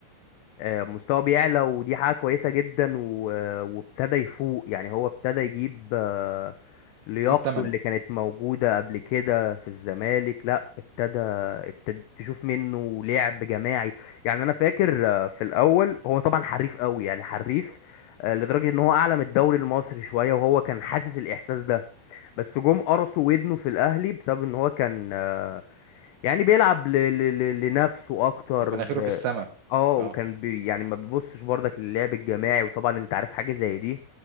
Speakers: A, on the left (about 85°); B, on the right (about 80°).
A: آه، مستواه بيعلى ودي حاجة كويسة جدا و- آه، وابتدى يفوق يعني هو ابتدى يجيب آه، لياقته
B: يجيب ثمنه
A: اللي كانت موجودة قبل كده في الزمالك لا ابتدى ابتدى تشوف منه لعب جماعي يعني انا فاكر آه، في الاول هو طبعا حريف قوي يعني حريف آه، لدرجة ان هو اعلى من الدوري المصري شوية وهو كان حاسس الاحساس ده بس جم قرصوا ودنه في الاهلي بسبب ان هو كان آه، يعني بيلعب ل... ل... ل... لنفسه اكتر
B: كانت مناخيره في السماء
A: اه وكان
B: اه
A: بي يعني ما بيبصش برضك للعب الجماعي وطبعا انت عارف حاجه زي دي